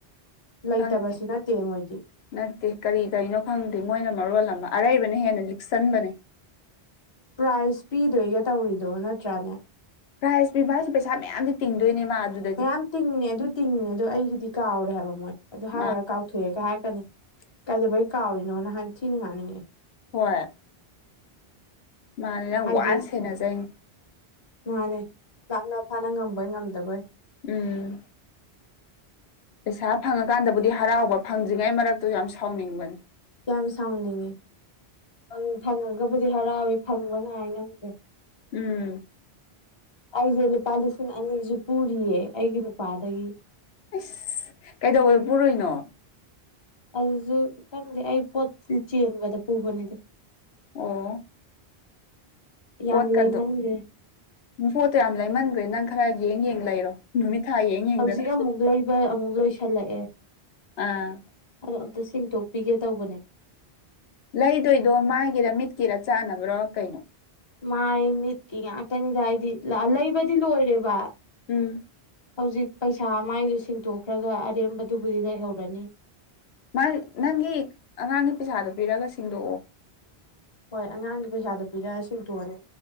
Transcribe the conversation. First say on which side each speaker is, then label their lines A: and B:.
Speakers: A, on the left; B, on the left.
A: ꯂꯩꯇꯕꯁꯨ
B: ꯈꯪ
A: ꯅꯠꯇꯦ ꯃꯣꯏꯗꯤ ꯫
B: ꯅꯠꯇꯦ ꯀꯔꯤ ꯇꯩꯅ‌ꯣ ꯈꯪꯗꯦ ꯃꯣꯏꯅ ꯃꯔꯣꯜ ꯑꯃ ꯑꯔꯩꯕꯅ ꯍꯦꯟꯅ ꯂꯤꯛꯁꯟꯕꯅꯦ
A: ꯄ꯭ꯔꯥꯏꯖ ꯄꯤꯗꯣꯏꯒ ꯇꯧꯔꯤꯗꯣ ꯅꯠꯇ꯭ꯔꯥꯅꯦ
B: ꯄ꯭ꯔꯥꯏꯖ ꯄꯤꯕ ꯍꯥꯏꯁꯦ ꯄꯩꯁꯥ ꯃꯌꯥꯝꯗꯤ ꯇꯤꯡꯗꯣꯏꯅꯦ ꯃꯥ ꯑꯗꯨ
A: ꯃꯌꯥꯝ ꯇꯤꯡꯉꯤꯅꯦ ꯑꯗꯨ ꯇꯤꯡꯉꯤꯅꯦ ꯑꯗꯣ ꯑꯩꯒꯤꯗꯤ ꯀꯥꯎꯔꯦ ꯍꯥꯏꯕ ꯃꯣꯏ ꯑꯗꯨ ꯍꯥꯏꯔꯨꯔ
B: ꯃꯥ
A: ꯀꯥꯎꯊꯣꯛꯑꯦꯒ ꯍꯥꯏꯔꯛꯀꯅꯤ
B: <inaudible>
A: ꯀꯩꯏꯗꯧꯕꯩ ꯀꯥꯎꯔꯤꯅꯣꯅ ꯍꯥꯏ ꯊꯤꯅ ꯉꯥꯡꯅꯤꯡꯉ‌ꯑ‌ꯦ
B: ꯍꯣꯏ ꯃꯥꯅꯤ ꯅꯪ
A: ꯍꯥꯏꯗꯤ
B: ꯋꯥꯅ ꯁꯦꯟꯅꯖꯩꯅ‌ꯦ ꯫
A: ꯃꯥꯅꯦ ꯂꯥꯛꯅ ꯐꯥꯅ ꯉꯝꯕꯣꯏ ꯉꯝꯗꯕꯣꯏ ꯫
B: ꯎꯝ ꯄꯩꯁꯥ ꯐꯪꯉꯀꯥꯟꯗꯕꯨꯗꯤ ꯍꯔꯥꯎꯕ ꯐꯪꯗ꯭ꯔꯤꯉꯩ ꯃꯔꯛꯇꯨ ꯌꯥꯝ ꯁꯥꯎꯅꯤꯡꯕꯅꯤ ꯫
A: ꯌꯥꯝ ꯁꯥꯥꯎꯅꯤꯡꯉ‌ꯦ ꯫ ꯐꯪ ꯐꯪꯉꯒꯕꯨꯗꯤ ꯍꯔꯥꯎꯋꯤ ꯐꯪꯕ ꯉꯥꯏ ꯉꯝꯗ꯭ꯔ‌ꯦ
B: ꯎꯝ
A: ꯑꯩꯁꯦ ꯂꯨꯄꯥ ꯂꯤꯁꯤꯡ ꯑꯅꯤꯁꯨ ꯄꯨꯔꯤꯌꯦ ꯑꯩꯒꯤ ꯅꯨꯄꯥꯗꯒꯤ
B: ꯑꯁ ꯀꯩꯗꯧꯕꯗ ꯄꯨꯔꯨꯏꯅꯣ
A: ꯑꯩꯖꯨ ꯈꯪꯗꯦ ꯑꯩ ꯄꯣꯠ ꯆꯦꯟꯕꯗ ꯄꯨꯕꯅꯤꯗ
B: ꯑꯣ
A: ꯌꯥꯝ
B: ꯄꯣꯠꯀꯗꯣ
A: ꯂꯩꯃꯟꯈ꯭ꯔꯦ
B: ꯄꯣꯠꯇꯣ ꯌꯥꯝ ꯂꯩꯃꯟꯒ꯭ꯔꯦ ꯅꯪ ꯈꯔ ꯌꯦꯡ ꯌꯦꯡ ꯂꯩꯔꯣ ꯅꯨꯃꯤꯠ ꯊꯥ ꯌꯦꯡ ꯌꯦꯡꯗꯅ
A: ꯍꯧꯖꯤꯛ ꯑꯃꯨꯛ ꯂꯩꯕ ꯑꯃꯨꯛ ꯂꯣꯏꯁꯜꯂꯛꯑꯦ
B: ꯑꯥ
A: ꯑꯗꯣ ꯑꯝꯇ ꯁꯤꯡꯇꯣꯛꯄꯤꯒꯦ ꯇꯧꯕꯅꯦ
B: ꯂꯩꯗꯣꯏꯗꯣ ꯃꯥꯏꯒꯤꯔ ꯃꯤꯠꯀꯤꯔ ꯆꯥꯟꯅꯕ꯭ꯔꯣ ꯀꯩꯅꯣ
A: ꯃꯥꯏ ꯃꯤꯠꯀꯤ ꯉꯥꯛꯇꯅꯤꯗ ꯑꯩ ꯂꯥ ꯂꯩꯕꯗꯤ ꯂꯣꯏꯔꯦꯕ
B: ꯎꯝ
A: ꯍꯧꯖꯤꯛ ꯄꯩꯁꯥ ꯃꯥꯏꯗꯨ ꯁꯤꯡꯇꯣꯛꯈ꯭ꯔꯒ ꯑꯔꯦꯝꯕꯗꯨꯕꯨꯗꯤ ꯂꯩꯍꯧꯔꯅꯤ
B: ꯃꯥꯏ ꯅꯪꯒꯤ ꯑꯉꯥꯡꯒꯤ ꯄꯩꯁꯥꯗꯨ ꯄꯤꯔꯑꯒ ꯁꯤꯡꯗꯣꯛꯑꯣ
A: ꯍꯣꯏ ꯑꯉꯥꯡꯒꯤ ꯄꯩꯁꯥꯗꯨ ꯄꯤꯔꯛꯑ ꯁꯤꯡꯇꯣꯑꯅꯤ